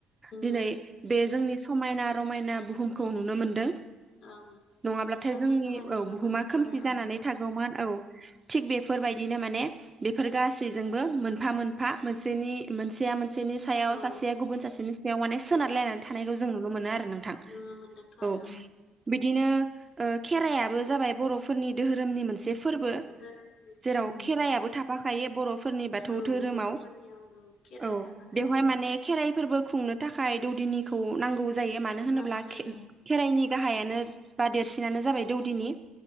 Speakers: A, on the left (about 65°); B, on the right (about 15°).
A: जोंनो
B: दिनै बे जोंनि समायना रमायना बुहुम खौ नुनो मोनदों
A: ओं
B: नङाब्लाथाय
A: सानदुंनि
B: जोंनि
A: थाखाय
B: औ
A: नुनो
B: बुहुमा
A: मोनदोंथ'
B: खोमसि
A: आरो
B: जानानै थागौमोन औ। थिग बेफोरबायदिनो माने बेफोर गासैजोंबो मोनफा मोनफा मोनसेनि मोनसेया मोन सेनि सायाव
A: ओं
B: सासेया गुबुन सासेनि सायाव माने सोनारलायनानै
A: औ
B: थानायखौ जों जों नुनो मोनो आरो नोंथां
A: नुनो मोनदों। थ'
B: औ
A: आरो ओं
B: बिदिनो ओ खेराइयाबो जाबाय बर'फोरनि दोहोरोमनि मोनसे से फोरबो
A: धोरोमनि मोनसे
B: जेराव
A: ओं
B: खेराइयाबो थाब बाखायो बर' फोरनि बाथौ
A: औ
B: धोरोमाव
A: बर'फोरनियाव खेराया
B: औ
A: थाखाथारो
B: बेवहाय
A: ओं
B: माने खेराइ फोरबो खुंनो थाखाय दौदिनिखौ नांगौ जा जायो मानो होनोब्ला
A: नांगौ जायो
B: खेराइनि गाहाइयानो बा देरसिनानो जाबाय दौदिनि